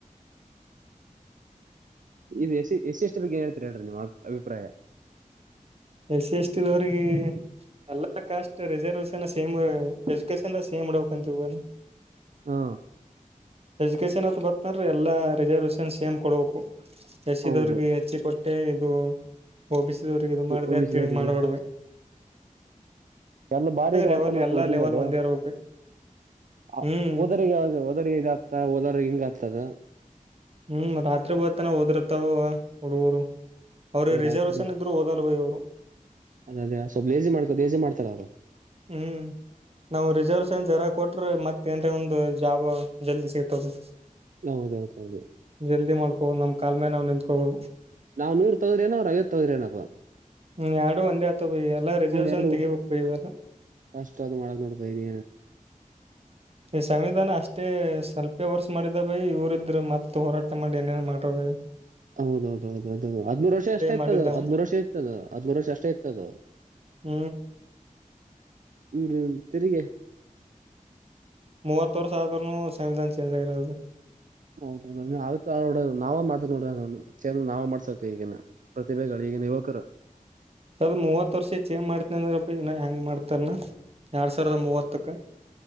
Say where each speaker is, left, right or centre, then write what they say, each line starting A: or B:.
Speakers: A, on the right; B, on the right.
A: ಈದು ಎಸ ಎಸ್ಿ ಎಷ್ಟು ಬಗ್ಗೆ ಏನ್ ಹೇಳ್ತೀರಿ ಹೇಳ್ರಿ ನಿಮ್ಮ್ ಅ ಅಭಿಪ್ರಾಯ
B: ಎಸ್ಟಿ ಎಷ್ಟಿದವ್ರಿಗೆ ಎಲ್ಲ caste reservation same education same ಇಡಕ್ಂತ ಇ
A: ಹಾ
B: ಎಜುಕೇೇಶನ್ ಅತ್ರ ಬರ್ತನ್್ರೆ ಎಲ್ಲಾ ರಿಸರ್ವೇಷನ್ಸ್ ಸೇಮ್ ಕೊಡ್ಬೇಕು ಎಸ್ಸಿ
A: ಹೌದು
B: ದವ್ರಿಗೆ ಹೆಚ್ಚಿ ಕೊಟ್ಟೆ ಇದು ಹಓಬಿಸಿದವ್ರಿಗೆ ಇದು ಮಾಡ
A: ಒ ಬಿ ಸಿ
B: ತಿಹಿಂಗ
A: ದವರಿಗೆ
B: ಮಾಡ್ಬಡ್ಮವಿ
A: ಎಲ್ಲ ಬಾರಿ ಇದು ಹೊಡ್ತಾ
B: ಲೆವೆಲ್
A: ಬಿಡ್ತ
B: ಎಲ್ಲಾ
A: ಹುಡ್ರಿಗೆ
B: ಲೆವೆಲ್
A: ಅದು
B: ಒಂದೇ ಇರ್ಬೇಕು
A: ಆ
B: ಹ್ಮ್
A: ಹೋದಗ ಓದರಿಗೆ ಇದಾಗ್ತ ಹೋದೋ್ರ ಹಿಂಗ ಆಗ್ತದ
B: ಹೂ ರಾತ್ರಿ ಹೂತನ ಓದಿರ್ತಾವ ಹುಡುಗೂರು ಅವ್ರಗೆ
A: ಅವ್ರ
B: ರಿಸರ್ವೇೇಶನ್
A: ಆತ್ ಬಿಡ್.
B: ಇದ್ರು ಓದಲ್ಲ ಬೈ ಅವ್ರು
A: ಅದ ಅದೇ ಸ್ವಲ್ ಲೇಸಿ ಮಾಡ್ಕೊ ಲೇಸಿ ಮಾಡ್ತಾರ ಅವ್ರು
B: ಹೂ ನಾವು ರಿಸರ್ವೇಶನ್ ಜರ ಕೊಟ್ರೆ ಮತ್ತೇಏನ್ ಒಂದ ಅ ಜಾಬ ಜಲ್ದಿ ಸಿಗ್ತದೆ
A: ಹೌದೌದೌದು
B: ಜಲ್ದಿ ಮಾಡ್ಕೋ ನಮ್ ಕಾಲ್ ಮೇಲ್ ನಾವ್ ನಿಂತ್ಕೊಬೋದ
A: ನಾವ ನೂರ್ ತಗದ್ರೇನೋ ಅವ್ರ ಐವತ್ತ ತಗದ್ರೇನಪ್ಪಾ
B: ಹೂ ಎರಡು ಒಂದೇ ಆತ ಬೈ ಎಲ್ಲಾ ರಿಸರ್ವೇಶನ್
A: ಎರಡು
B: ತೆಗಿಬೇಕು ಬೈ ಇವೆಲ್ಲ
A: ಫಸ್ಟ್ ಆದು ಮಾಡಬೇಕು ಬೈ <inaudible>
B: ಈ ಸಂವಿಧಾನ ಅಷ್ಟೇ ಸ್ವಲ್ಪೆ ವರ್ಷ ಮಾಡಿದ ಬೈ ಇವರ ಇದ್ರು ಮತ್ತ ಹೋರಾಟ ಮಾಡಿ ಏನೇನ್ ಮಾಡ್ತಾರೆ
A: ಹೌದೌದ ಹೌದುೌದು ಹದ್್ಮೂ ವರ್ಷ ಅಷ್ಟೇ ಇರ್ತದು
B: ಮಾಡಿದ್ದವ
A: ಹದ್್ಮೂರು ವರ್ಷ ಇತ್ತದು ಹದ್್ಮೂರು ವರ್ಷ ಅಷ್ಟೇ ಇರ್ತದು
B: ಹೂ
A: ಇವರು ತಿೆರುರಿಗೆ
B: ಮೂವತ್ತರೆ ವರ್ಷ ಆದರೂ ಸಂವಿಧಾನ ಚೇಂಜ್ ಆಗರದು
A: ಹೌ ನೋ ನಾವೇ ಮಾಡ್ಸಕ್ ನೋಡ್ರ ಚೇಂದ್ರ ನಾವ ಮಾಡ್ಸಕ್ ಈಗಿನ ಪ್ರತಿಭೆಗಳಿಗೆ ಈಗಿನ ಯುವಕರು
B: ಅದು ಮೂವತ್ ವರ್ಷ ಚೇಂಜ್ ಮಾಡ್ತನ ಅಂದ್ರ ಇನ್ನ್ ಹೆಂಗ್ ಮಾಡ್ತಾರನ ಎರಡ್ ಸಾವಿರದ ಮೂವತ್ತಕ್ಕೆ